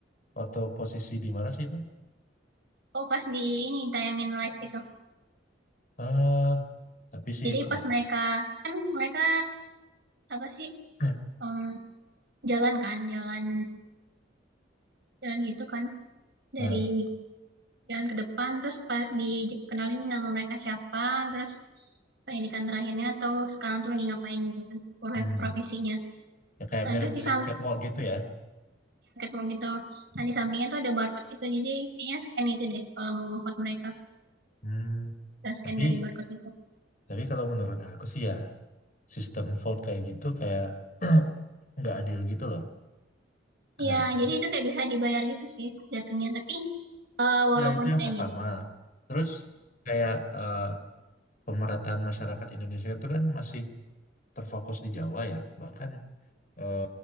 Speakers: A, on the left; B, on the right.
A: waktu posisi di mana sih itu?
B: Oh pas di ini tayangin live itu.
A: eh tapi sih
B: Jadi
A: kalau
B: pas mereka kan mereka apa sih
A: <clears throat>
B: em, jalan kan jalan jalan gitu kan dari
A: eh,
B: uj- jalan ke depan terus pa- dikenalin nama mereka siapa terus pendidikan terakhirnya atau sekarang tuh lagi ngapain gitu kan pro-
A: hmm,
B: profesinya.
A: ya kayak
B: Nah
A: mirip-mirip
B: terus di samping
A: catwalk gitu ya.
B: ketemu gitu. Nah, di sampingnya tuh ada barcode gitu. Jadi kayaknya scan itu deh kalau mau nge-vote mereka.
A: Hmm,
B: Kita scan
A: tapi
B: dari barcode itu.
A: tapi kalau menurut aku sih ya sistem vote kayak gitu kayak <clears throat> nggak adil gitu loh. Kenapa?
B: Iya,
A: <clears throat>
B: jadi itu kayak bisa dibayar gitu sih jatuhnya. Tapi eh, walaupun
A: Ya itu yang
B: kayak
A: pertama.
B: gitu.
A: Terus kayak eh, pemerataan masyarakat Indonesia itu kan masih terfokus di Jawa ya. Bahkan eh,